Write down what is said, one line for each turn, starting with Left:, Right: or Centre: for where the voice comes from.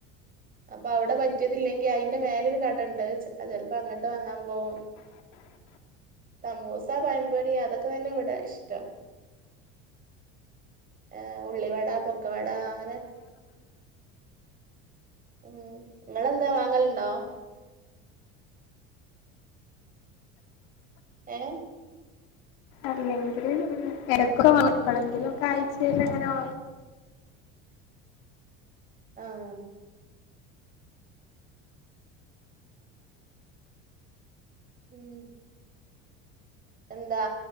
Right: അപ്പൊ അവ്ടെ പറ്റിയതില്ലെങ്കി അയ്ന്റെ മേലൊരു കടണ്ട് ചെ ചെൽപ്പൊ അങ്ങട്ട് വാങ്ങാൻ പോകും
Left: <inaudible>
Right: സമുസ പയംപൊരി അതൊക്കെ തന്നെ വ്ടെ ഇഷ് ആ ഉള്ളി വട പൊക്ക വട അങ്ങനെ ഉം ങ്ങളെന്താ വാങ്ങല്ണ്ടോ ഏഹ്
Left: അല്ലെങ്കില് പിന്നെ എടക്കൊക്കെ വാങ്ങും എപ്പളങ്കിലൊക്കെ ആഴ്ചയിലങ്ങനെ വാങ്ങും
Right: ആഹ് ഉം എന്താ